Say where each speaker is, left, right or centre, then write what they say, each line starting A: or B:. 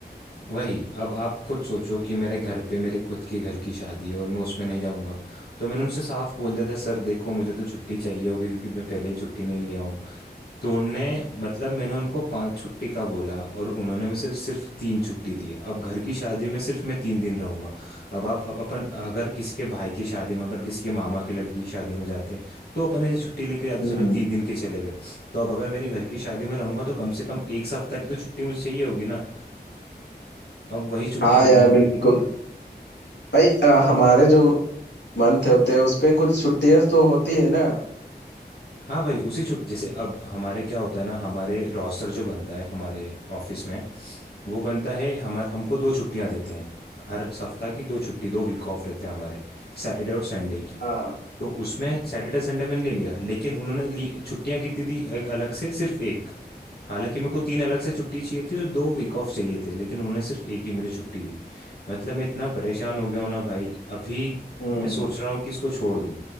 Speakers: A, on the left; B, on the left.
A: वही अब आप खुद सोचो कि मेरे घर पे मेरे खुद के घर की शादी है और मैं उसमें नहीं जाऊंगा तो मैंने उनसे साफ बोल दिया था सर देखो मुझे तो छुट्टी चाहिए होगी क्योंकि मैं पहले ही छुट्टी नहीं लिया हूँ तो उनने मतलब मैंने उनको पांच छुट्टी का बोला और उन्होंने मुझे सिर्फ सिर्फ तीन छुट्टी दी अब घर की शादी में सिर्फ मैं तीन दिन रहूंगा अब आप अ- अपन अगर किसी के भाई की शादी में अपन किसी के मामा की लड़की की शादी में जाते तो अपन ऐसे छुट्टी लेके जाते
B: हम्म
A: चलो तीन दिन के चले गए तो अब अगर मेरे घर की शादी में रहूंगा तो कम से कम एक सप्ताह की तो छुट्टी मुझे चाहिए होगी ना अब वही छुट्टियां
B: हाँ
A: उन्होंने
B: यार बिल्कुल
A: ली।
B: भाई अ, हमारे जो मंथ होते हैं उस पे कुछ छुट्टियां तो होती है ना
A: हाँ भाई उसी छुट जैसे अब हमारे क्या होता है ना हमारे रोस्टर जो बनता है हमारे ऑफिस में वो बनता है हमारे हमको दो छुट्टियां देते हैं हर सप्ताह की दो छुट्टी दो वीक ऑफ रहते हैं हमारे सैटरडे और संडे की
B: हाँ
A: तो उसमें सैटरडे संडे मैंने नहीं लिया लेकिन उन्होंने ली- छुट्टियां कितनी दी एक अलग से सिर्फ एक हालांकि मेरे को तीन अलग से छुट्टी चाहिए थी और दो वीक ऑफ चाहिए थे लेकिन उन्होंने सिर्फ एक ही मुझे छुट्टी दी मतलब मैं इतना परेशान हो गया हूं ना भाई अभी
B: हम्म
A: मैं सोच रहा हूँ कि इसको छोड़ दूं